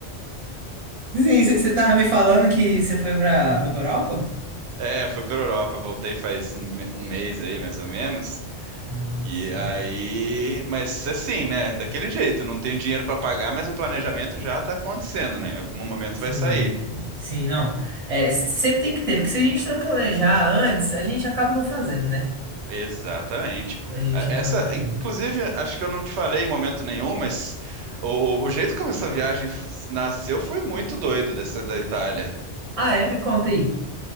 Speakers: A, on the right; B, on the right.
A: Sim, você tava me falando que você foi pra, foi pra Europa?
B: É, fui pra Europa, voltei faz um, me- um mês aí, mais ou menos.
A: Ah,
B: E
A: sim.
B: aí, mas assim, né? Daquele jeito, não tenho dinheiro pra pagar, mas o planejamento já tá acontecendo, né? Em algum momento
A: Sim,
B: vai sair.
A: sim, não. É, sempre tem que ter, porque se a gente não planejar antes, a gente acaba não fazendo, né?
B: Exatamente. Tipo,
A: A gente
B: a- essa,
A: acaba não fazendo.
B: inclusive, acho que eu não te falei em momento nenhum, mas o, o jeito como essa viagem f- nasceu foi muito doido dessa da Itália.
A: Ah, é? Me conta aí.